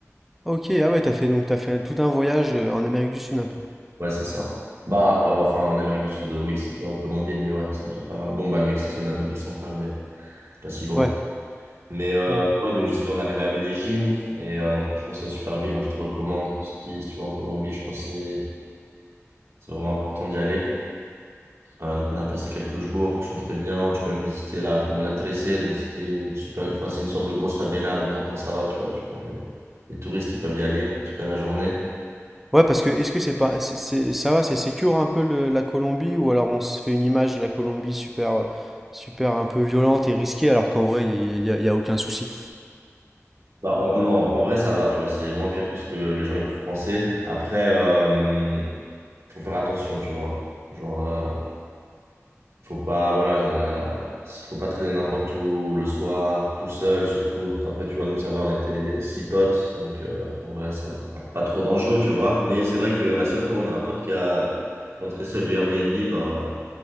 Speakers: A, in the centre; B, on the right.
A: Ok, ah ouais, t'as fait donc t'as fait tout un voyage euh, en Amérique du Sud un peu.
B: Ouais, c'est ça. Bah, euh, enfin, en Amérique du Sud, au Mexique et en Colombie, mais ouais, c'est déjà pas mal. Bon, bah, le Mexique, c'est en Amérique centrale, mais c'est pas si loin.
A: Ouais,
B: Mais, euh,
A: ouais, ouais.
B: mais ouais, donc, je disais, on est arrivé à Medellín. Et euh, non, franchement, c'est une super ville, hein, je te recommande. Si, tu si tu vas en Colombie, je pense que c'est c'est vraiment important d'y aller. Euh, donc on a passé quelques jours, franchement très bien. Tu peux même visiter la Comuna 13, donc c'était une super, enfin c'est une sorte de grosse favela, mais maintenant ça va, tu vois, tu vois, les, les touristes ils peuvent y aller, en tout cas la journée.
A: Ouais, parce que est-ce que c'est pas, c'est, c'est- ça va, c'est sécure un peu le- la Colombie, ou alors on se fait une image de la Colombie super, euh, super un peu violente et risquée, alors qu'en vrai, il n'y a, y a- y a aucun souci.
B: Bah en- non, en en vrai ça va, tu vois, c'est moins pire que ce que les gens ils peuvent penser. Après, euh, faut faire attention, tu vois. Genre, euh, Faut pas, voilà, la- faut pas traîner n'importe où le soir, tout seul surtout. Après, tu vois, nous, ça va, on était six potes, donc euh, en vrai, c'est pas trop dangereux, tu vois. Mais c'est vrai que la seule fois où on a un pote qui, a, qui est rentré seul du Airbnb, ben,